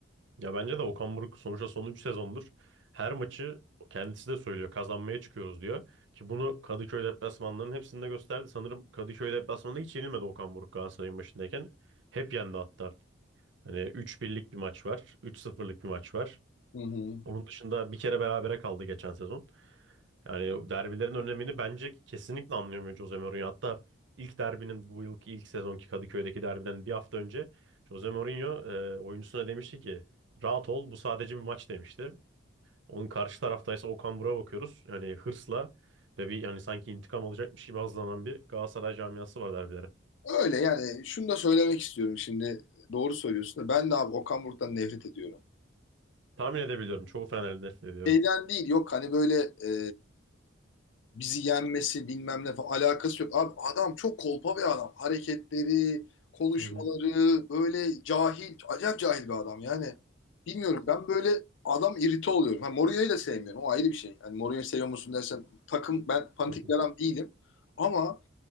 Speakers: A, on the right; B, on the left.
A: Ya bence de Okan Buruk sonuçta son 3 sezondur her maçı kendisi de söylüyor. Kazanmaya çıkıyoruz diyor. Ki bunu Kadıköy deplasmanlarının hepsinde gösterdi. Sanırım Kadıköy deplasmanında hiç yenilmedi Okan Buruk Galatasaray'ın başındayken. Hep yendi hatta. Hani üç birlik bir maç var. üç sıfırlık bir maç var.
B: Hı hı.
A: Onun dışında bir kere berabere kaldı geçen sezon. Yani derbilerin önemini bence kesinlikle anlayamıyor Jose Mourinho. Hatta ilk derbinin bu yılki ilk sezonki Kadıköy'deki derbiden bir hafta önce Jose Mourinho e, oyuncusuna demişti ki rahat ol bu sadece bir maç demişti. Onun karşı taraftaysa Okan Buruk'a bakıyoruz. Yani hırsla ve bir yani sanki intikam alacakmış gibi hazırlanan bir Galatasaray camiası var derbilere.
B: Öyle yani şunu da söylemek istiyorum şimdi. Doğru söylüyorsun da ben de abi Okan Buruk'tan nefret ediyorum.
A: Tahmin edebiliyorum. Çoğu Fenerli nefret ediyor
B: şeyden
A: evet.
B: değil yok hani böyle e, bizi yenmesi bilmem ne falan alakası yok. Abi adam çok kolpa bir adam. Hareketleri, konuşmaları
A: Hı
B: böyle cahil, acayip cahil bir adam yani. Bilmiyorum ben böyle adam irite oluyorum. Ha, Mourinho'yu da sevmiyorum o ayrı bir şey. Yani Mourinho'yu seviyor musun dersen takım ben fanatik
A: hı. <laughs>
B: bir adam değilim. Ama